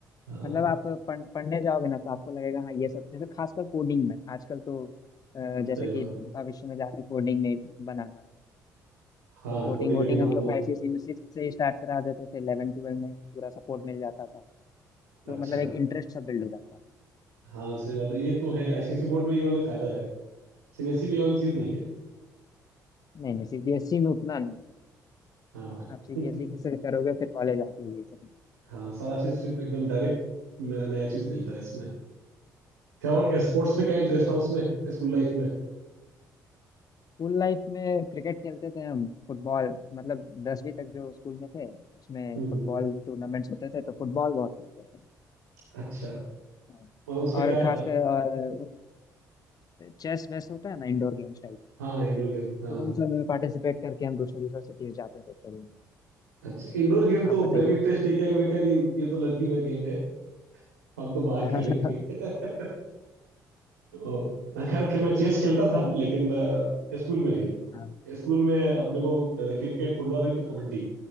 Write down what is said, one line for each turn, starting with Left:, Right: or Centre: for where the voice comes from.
Right: हाँ
Left: मतलब आप पढ़, पढ़ने जाओगे ना तो आपको लगेगा हाँ ये सब जैसे खासकर कोडिंग में आजकल तो अ, जैसे
Right: सही बात
Left: कि
Right: है
Left: भविष्य में जाके कोडिंग में बनाना है।
Right: हाँ
Left: तो कोडिंग
Right: कोडिंग
Left: वोडिंग
Right: का डिमांड
Left: हम लोग
Right: बहुत
Left: को आईसीएसई में सिक्स से स्टार्ट करा देते थे इलेवन ट्वेल्व में ही पूरा सपोर्ट मिल जाता था तो
Right: अच्छा
Left: मतलब एक इंटरेस्ट सा बिल्ड हो जाता है
Right: हाँ सही बात है ये तो है आईसीएसई बोर्ड में ये वाले फायदा है सीबीएसई में ये वाली चीज नहीं
Left: हाँ
Right: है
Left: नहीं नहीं सीबीएसई में उतना नहीं
Right: हाँ
Left: आप सीबीएसई
Right: <laughs>
Left: से करोगे फिर कॉलेज आके ये सब
Right: हाँ सारा चीज सिर्फ एकदम डायरेक्ट नया चीज मिलता है इसमें क्या और स्पोर्ट्स में क्या इंटरेस्ट था उसमें स्कूल लाइफ में
Left: स्कूल लाइफ में क्रिकेट खेलते थे हम फुटबॉल मतलब दसवीं तक जो स्कूल में थे उसमें
Right: हम्म
Left: फुटबॉल
Right: हम्म,
Left: टूर्नामेंट्स होते थे तो फुटबॉल बहुत खेलते थे
Right: अच्छा
Left: हाँ।
Right: मतलब उसमें
Left: और
Right: क्या
Left: खासकर और चेस वेस होता है ना इंडोर गेम्स टाइप
Right: हाँ हाँ इंडोर गेम हाँ
Left: तो उन सब में पार्टिसिपेट करके हम दूसरे दूसरे सिटीज जाते थे खेलने
Right: अच्छा इंडोर गेम
Left: आप
Right: तो
Left: बताइए
Right: मैं भी इंटरेस्ट नहीं किया कि मैं क्या कि ये तो लड़कियों का गेम है हम तो बाहर
Left: <laughs>
Right: खेलेंगे
Left: हाँ
Right: <laughs> तो खैर कि मैं चेस खेलता था लेकिन अ, स्कूल में नहीं
Left: हाँ।
Right: स्कूल में अपने को क्रिकेट फुटबॉल नहीं तो कबड्डी